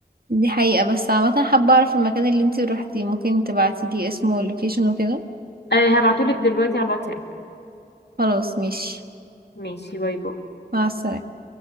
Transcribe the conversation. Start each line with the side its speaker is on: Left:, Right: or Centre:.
Right: دي حقيقة بس عامة حابة اعرف المكان اللي انتي روحتيه ممكن تبعتيلي اسمه واللوكيشن وكده
Left: أه هبعتولك دلوقتي على الواتساب
Right: خلاص ماشي
Left: ماشي باي باي
Right: مع السلامة